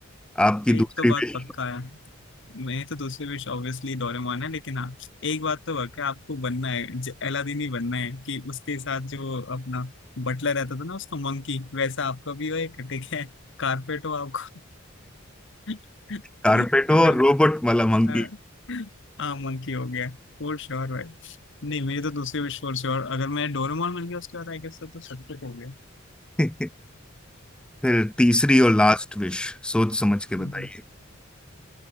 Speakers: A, in the centre; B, on the left.
A: आपकी
B: एक
A: दूसरी
B: तो बात
A: भी
B: पक्का है मेरी तो दूसरी विश ऑब्वियसली डोरेमोन है लेकिन हाँ एक बात तो वाकई आपको बनना है ज- अलादीन ही बनना है कि उसके साथ जो अपना बटलर रहता था ना उसका मंकी वैसा आपका भी हो एक ठीक है कारपेट हो आपको <laughs>
A: कारपेट <laughs> हो
B: है ना
A: और रोबोट वाला मंकी
B: अ, हाँ मंकी हो गया फोर श्योर भाई नहीं मेरी तो दूसरी विश फोर श्योर अगर मैं डोरेमोन मिल गया उसके बाद आई गेस तो तो सब कुछ हो गया
A: <laughs> फिर तीसरी और लास्ट विश सोच समझ के
B: हम्म,
A: बताइए